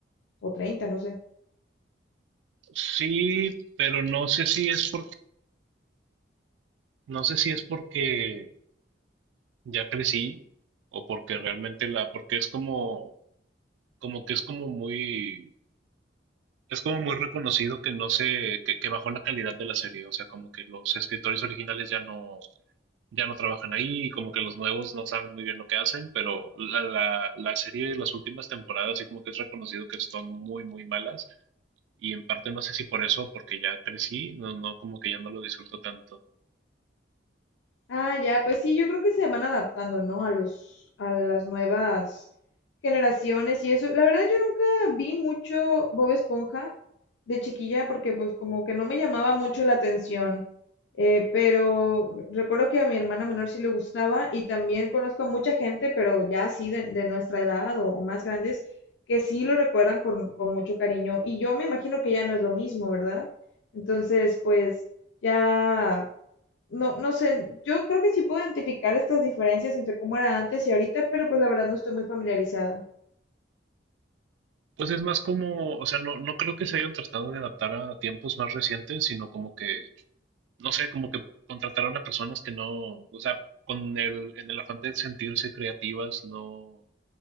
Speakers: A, on the left; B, on the right.
A: o treinta, no sé.
B: Sí, pero no sé si es porque, no sé si es porque ya crecí o porque realmente la, porque es como, como que es como muy, es como muy reconocido que no se, que, que bajó la calidad de la serie, o sea, como que los escritores originales ya no, ya no trabajan ahí, y como que los nuevos no saben muy bien lo que hacen, pero la, la, la serie de las últimas temporadas, así como que es reconocido que son muy, muy malas, y en parte no sé si por eso, porque ya crecí, no, no, como que ya no lo disfruto tanto.
A: Ah, ya, pues sí, yo creo que se van adaptando, ¿no? A los, a las nuevas generaciones y eso. La verdad, yo nunca vi mucho Bob Esponja de chiquilla porque pues como que no me llamaba mucho la atención. Eh, pero recuerdo que a mi hermana menor sí le gustaba y también conozco a mucha gente, pero ya así de, de nuestra edad o, o más grandes, que sí lo recuerdan con, con mucho cariño. Y yo me imagino que ya no es lo mismo, ¿verdad? Entonces, pues ya no, no sé, yo creo que sí puedo identificar estas diferencias entre cómo era antes y ahorita, pero pues la verdad no estoy muy familiarizada.
B: Pues es más como, o sea, no, no creo que se hayan tratado de adaptar a tiempos más recientes, sino como que, no sé, como que contrataron a personas que no, o sea, con el, en el afán de sentirse creativas, no,